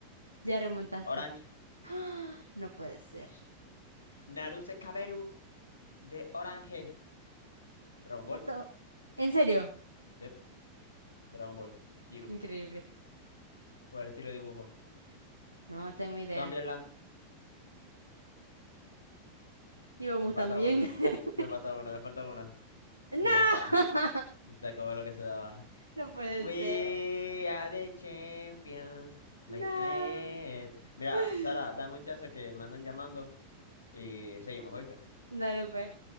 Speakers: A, on the right (about 80°); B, on the left (about 75°).
A: ya remontaste.
B: Orange.
A: <gasps> No puede ser.
B: Naruse Kaberu de Orange. Dragon Ball.
A: Esto, ¿en serio?
B: Sí, Dragon Ball. Jiru.
A: Increíble.
B: por el estilo de dibujo.
A: No tengo idea.
B: Zombieland,
A: Íbamos
B: me falta
A: tan bien.
B: una,
A: <laughs>
B: me falta una, me falta una.
A: No,
B: Y ya está.
A: <laughs>
B: Y se acabó lo que se daba.
A: no puede
B: We
A: ser.
B: are the champions, my
A: No.
B: friend. Mira,
A: <laughs>
B: Sara, dame un chance que me andan llamando y seguimos, ¿oíste?
A: Dale, pues.